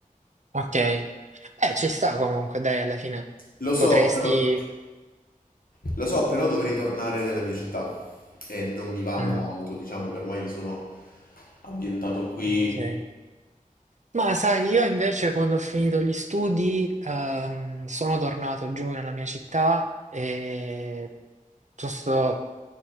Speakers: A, on the right; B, on the left.
A: Ok. Beh, ci sta comunque, dai, alla fine
B: Lo so,
A: potresti...
B: però, lo so, però dovrei tornare nella mia città e non mi va molto,
A: Mm.
B: diciamo che ormai mi sono ambientato qui.
A: Ok. Ma sai, io invece quando ho finito gli studi ehm, sono tornato giù nella mia città e tu- sto-